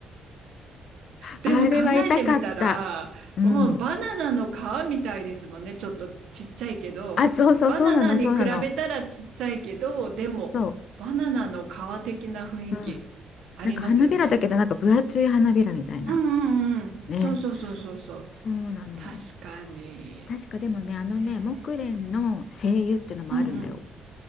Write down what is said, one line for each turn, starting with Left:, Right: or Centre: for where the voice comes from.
Right: でも考えてみたら、
Left: あれは痛かった。うん。
Right: もうバナナの皮みたいですもんね。ちょっとちっちゃいけど、
Left: あ、そうそう、
Right: バナナに比べたらちっちゃいけど、
Left: そうなの、そうなの。
Right: でもバナナの皮的な雰囲気ありますよね。
Left: そう。うん。なんか花びらだけど、なんか分厚い花びらみたいな。
Right: うんうんうん。
Left: ね。
Right: そうそうそうそうそう。
Left: そうなの。
Right: 確かに。
Left: 確かでもね、あのね、
Right: ね
Left: 木蓮の精油ってのもあるんだよ。
Right: え。うんうん。